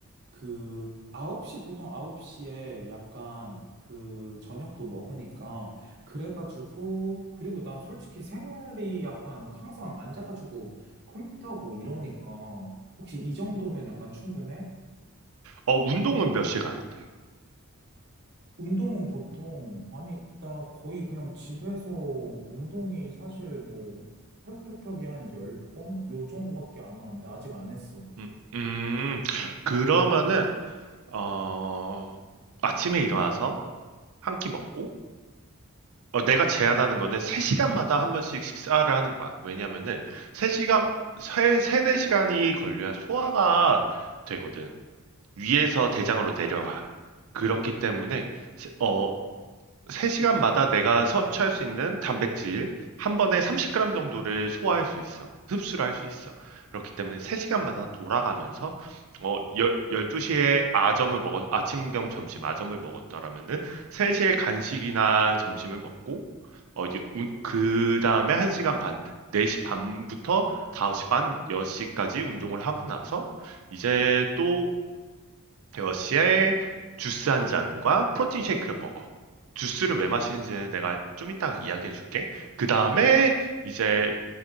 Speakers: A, on the right; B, on the right.
A: 그, 9시, 보통 9시에 약간 그 저녁도 먹으니까, 그래가지고, 그리고 난 솔직히 생활이 약간 항상 앉아가지고 컴퓨터하고 이러니까, 혹시 이 정도면 약간 충분해?
B: 어 운동은 몇 시에 가는데?
A: 운동은 보통, 아니, 나 거의 그냥 집에서 운동이 사실 뭐, 펴펴펴기 한 열 번 요 정도밖에 안 하는데, 아직 안 했어.
B: 음 음. 그러면은 어 아침에 일어나서 한 끼 먹고 어 내가 제안하는 거는 3 시간마다 한 번씩 식사를 하는 거야. 왜냐면은 3 시간 어 세 3-4 시간이 걸려야 소화가 되거든. 위에서 대장으로 내려가. 그렇기 때문에 세- 어, 3시간마다 내가 섭취할 수 있는 단백질 한 번에 30g 정도를 소화할 수 있어. 흡수를 할 수 있어. 그렇기 때문에 3시간마다 돌아가면서 어, 열, 12시에 아점을 먹어 아침 겸 점심 아점을 먹었더라면은 3시에 간식이나 점심을 먹고 어, 그 다음에 1시간 반, 4시 반부터 5시 반, 6시까지 운동을 하고 나서 이제 또 러시에 주스 한 잔과 프로틴 쉐이크를 먹어. 주스를 왜 마시는지는 내가 좀 이따가 이야기해 줄게. 그 다음에 이제